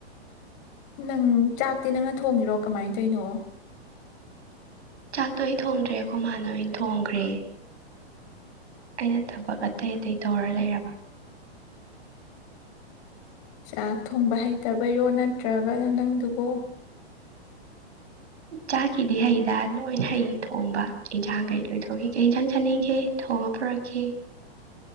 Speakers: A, on the left; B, on the right.
A: ꯅꯪ ꯆꯥꯛꯇꯤ ꯅꯪꯅ ꯊꯣꯡꯉꯤꯔꯣ ꯀꯃꯥꯏꯅ ꯇꯧꯔꯤꯅꯣ
B: ꯆꯥꯛꯇꯣ ꯑꯩ ꯊꯣꯡꯗ꯭ꯔꯦ ꯑꯩꯈꯣ ꯃꯥꯅ ꯑꯣꯐ ꯊꯣꯡꯈ꯭ꯔꯦ ꯑꯩꯅ ꯊꯕꯛ ꯑꯇꯩ ꯑꯇꯩ ꯇꯧꯔ ꯂꯩꯔꯕ
A: ꯆꯥꯛ ꯊꯣꯡꯕ ꯍꯩꯇꯕꯩꯔꯣ ꯅꯠꯇ꯭ꯔꯒꯅ ꯅꯪꯗꯨꯕꯨ
B: ꯆꯥꯛꯀꯤꯗꯤ ꯍꯩꯗ ꯂꯣꯏꯅ ꯍꯩ ꯊꯣꯡꯕ ꯌꯦꯟꯁꯥꯡꯈꯩ ꯂꯣꯏ ꯊꯣꯡꯈꯤ ꯀꯩ ꯌꯦꯟꯖꯥꯡ ꯆꯥꯅꯤꯡꯈꯤ ꯊꯣꯡꯉ ꯄꯨꯔꯛꯈꯤ